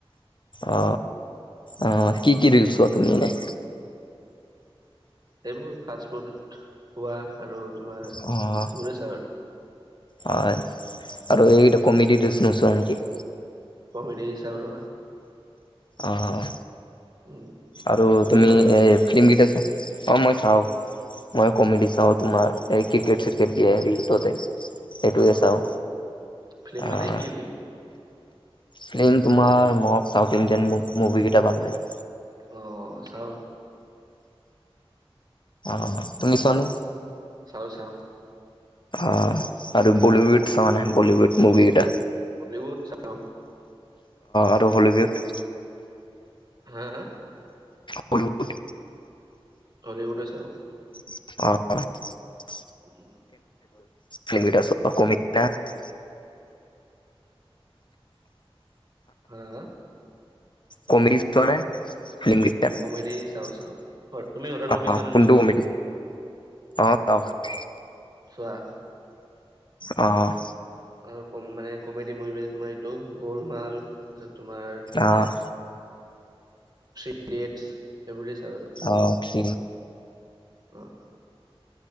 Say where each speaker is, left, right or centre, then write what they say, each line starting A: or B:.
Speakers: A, on the left (about 50°); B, on the right (about 40°).
A: অ, অ ', কি
B: উম,
A: কি ৰিলচ ছোৱা তুমি এনে?
B: এইবোৰ ফাষ্ট ফুড খোৱা, আৰু তোমাৰ
A: অ'।
B: এইবোৰে চাওঁ আৰু।
A: হয়, আৰু এইটাে কমেডি নোছোৱা নেকি?
B: কমেডি হিচাপ ৰ'বা।
A: অ',
B: উম,
A: আৰু তুমি
B: চোৱানে নাই?
A: এই মকেইটা <unintelligible> অ', মই চাওঁ। মই কমেডি চাওঁ তোমাৰ, এই ক্ৰিকেট চিকেট দিয়ে ৰিলচতে। সেইটোৱে
B: অ',
A: চাওঁ,
B: অ', ফিল্ম
A: আহ
B: মানে কি ফিল্ম?
A: ফ্লিম তোমাৰ মই, চাউথ ইণ্ডিয়ান মুভি কেইটা ভাল লাগে।
B: অ' চাওঁ
A: অ' শুনিচনে?
B: চাও, চাওঁ।
A: অ' আৰু বলীউড চাওঁ মানে বলীউড মুভি কেইটা।
B: বলিউড চালো।
A: আৰু হলীউড?
B: হা, হা।
A: হলিউড
B: হলীউডে চাৱ?
A: অ'।
B: উম।
A: ফিাৰ কমি <unintelligible>
B: হা', হা'।
A: কমেডি নে ফিলম <unintelligible>
B: কমেডি চাওঁ, চাওঁ। হৰ তুমি হৰৰ মুভি
A: আহ
B: চোৱা নে
A: কটো
B: নোচোৱা?
A: হমি <unintelligible> অও <unintelligible>
B: চোৱা
A: অ'।
B: আৰু ক মানে কমেডি মুভি মানে তোমাৰ এইটো গোলমাল, তাৰপিছত তোমাৰ
A: অঁ'।
B: থ্ৰী ইডিএটছ এইবোৰেই আৰু।
A: অ' থ্ৰিডি।
B: অ'।